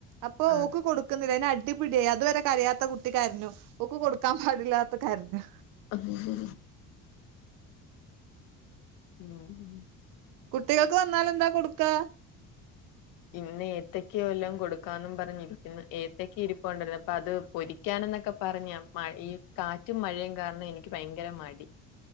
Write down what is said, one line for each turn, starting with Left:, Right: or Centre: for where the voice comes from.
Right: അപ്പോക്ക്
Left: ആഹ്
Right: കൊട് കൊുന്നില്ല അ അടിപിടിയായി അതുവരെ കരിയത്ത കുട്ടി ക്കരഞ്ഞു ഓക്ക് കൊടുക്കാൻ പാടില്ലാത്ത കാരനു
Left: അത ഉഹ് ഉമ്
Right: കുട്ടികൾക്ക് വന്നാലന്താ കൊടുക്കാ
Left: ഇന്ന് ഏത്തക്ക എല്ലാം കൊടുക്കാ പറഞ്ഞിരിക്കുന്നു ഏത്തക്ക ഇരിപ്പണ്ടിരരുന്നു അപ്പൊ അത് പൊരി പിക്കാന എന്നൊക്കെ പറഞ്ഞ മഴ ഈ കാറ്റും മഴയും കാരണം എനിക്ക് ഭയങ്കര മടി